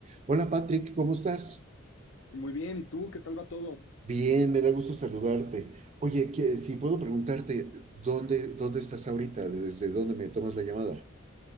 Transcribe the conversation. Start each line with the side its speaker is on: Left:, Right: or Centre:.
Right: Hola Patrick, ¿cómo estás?
Left: Muy bien, ¿y tú qué tal va todo?
Right: Bien, me da gusto saludarte. Oye, que- si puedo preguntarte, ¿dónde, dónde estás ahorita? ¿Desde dónde me tomas la llamada?